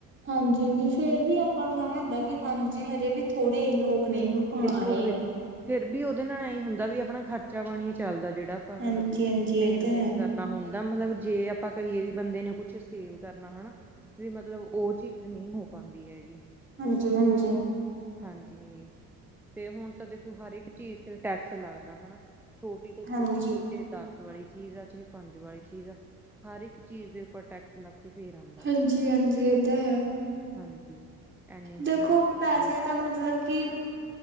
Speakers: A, on the right (about 25°); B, in the centre.
A: ਹਾਂਜੀ, ਹਾਂਜੀ ਫੇਰ ਵੀ ਆਪਾਂ ਨੂੰ ਐਵੇਂ ਹੁੰਦਾ ਕਿ ਹਾਂਜੀ ਹਜੇ ਵੀ ਥੋੜੇ ਲੋਕ ਨੇ ਜੋ ਕਮਾ
B: ਬਿਲਕੁਲ!
A: ਰਹੇ
B: ਬਿਲਕੁਲ!
A: ਨੇ
B: ਫਿਰ ਵੀ, ਉਹਦੇ ਨਾਲ ਐਂਹੀ ਹੁੰਦਾ ਵੀ ਆਪਣਾ ਖਰਚਾ-ਪਾਣੀ ਹੀ ਚੱਲਦਾ। ਜਿਹੜਾ, ਆਪਾਂ
A: ਹਾਂਜੀ
B: ਮਤਲਬ
A: ਹਾਂਜੀ
B: ਦੇਣ-
A: ਇਹ ਤਾਂ
B: ਦੇਣ
A: ਹੈ
B: ਕਰਨਾ ਹੁੰ ਦਾਂ ਮਤਲਬ ਜੇ, ਆਪਾਂ ਕਹੀਏ ਵੀ ਬੰਦੇ ਨੇ ਕੁਛ ਸੇਵ ਕਰਨਾ। ਹਨਾ ਵੀ, ਮਤਲਬ ਉਹ ਚੀਜ਼ ਨਹੀਂ ਹੋ ਪਾਉਂਦੀ ਹੈਗੀ।
A: ਹਾਂਜੀ-ਹਾਂਜੀ!
B: ਹਾਂਜੀ। ਤੇ, ਹੁਣ ਤਾਂ ਦੇਖੋ, ਹਰ ਇੱਕ ਚੀਜ਼ ਤੇ ਟੈਕਸ ਲੱਗਦਾ। ਛੋਟੀ ਤੋਂ
A: ਹਾਂਜੀ
B: ਛੋਟੀ ਕੋਈ ਤੇ ਦੱਸ ਵਾਲੀ ਚੀਜ਼ ਆ, ਚਾਹੇ ਪੰਜ ਵਾਲੀ ਚੀਜ਼ ਆ, ਹਰ ਇੱਕ ਚੀਜ਼ ਦੇ ਉਪਰ ਟੈਕਸ ਲੱਗ ਕੇ ਫੇਰ ਆਉਂਦਾ
A: ਹਾਂਜੀ- ਹਾਂਜੀ, ਇਹ ਤਾ ਹੈ।
B: ਹਾਂਜੀ। ਇੰਨੀ ਮਹਿੰਗਾਈ
A: ਦੇਖੋ,
B: ਹੋ
A: ਪੈਸੇ
B: ਗਿਆ
A: ਤਾਂ ਮਤਲਬ ਕਿ